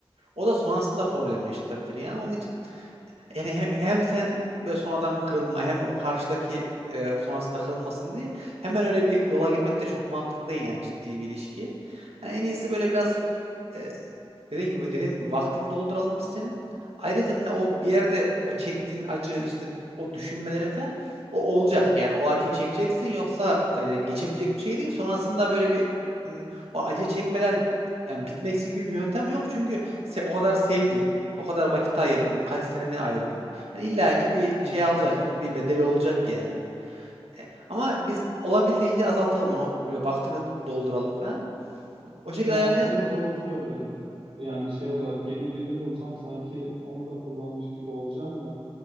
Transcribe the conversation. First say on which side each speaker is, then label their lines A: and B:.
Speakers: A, on the right (about 80°); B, on the right (about 65°).
A: O da sonrasında problem yaşatabilir. Yani onun için yani he- hem sen böyle sonradan kırılma hem o karşıdaki e, sonrasında kırılmasın diye hemen öyle bir yola girmek de çok mantıklı değil yani ciddi bir ilişki. Hani en iyisi böyle biraz e, dediğim gibi dediğim gibi vaktini dolduralım biz senin. Ayrıca hani o bir yerde o çektiğin acı işte o düşünmelerin falan o olacak. Yani o acıyı çekeceksin yoksa e, geçebilecek bir şey değil. Sonrasında böyle bir hmm, o acıyı çekmeden yani bitmeksi gibi bir yöntem yok. Çünkü se- o kadar sevdin, o kadar vakit ayırdın, kaç seneni ayırdın. Hani illa ki bir
B: Hı
A: şey alacak, onun bir bedeli olacak yani. E, Ama biz olabildiğince azaltalım onu böyle vaktini dolduralım falan. O şekilde
B: Ya
A: ayarlayalım.
B: aslında doğru söylüyorsun. Yani şey olarak yeni birini bulsam sanki onu da kullanmış gibi olacağım da.